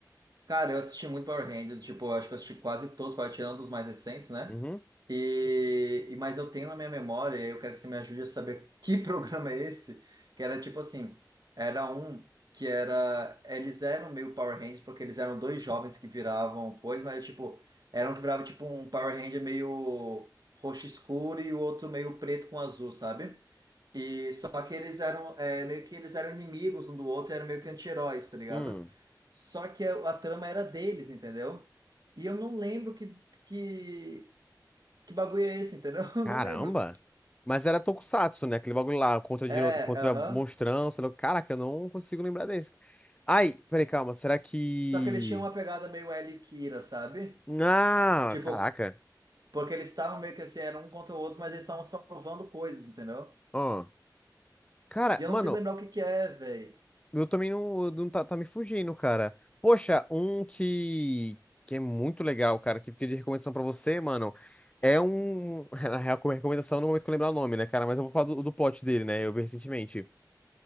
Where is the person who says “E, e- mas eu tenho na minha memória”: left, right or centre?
Right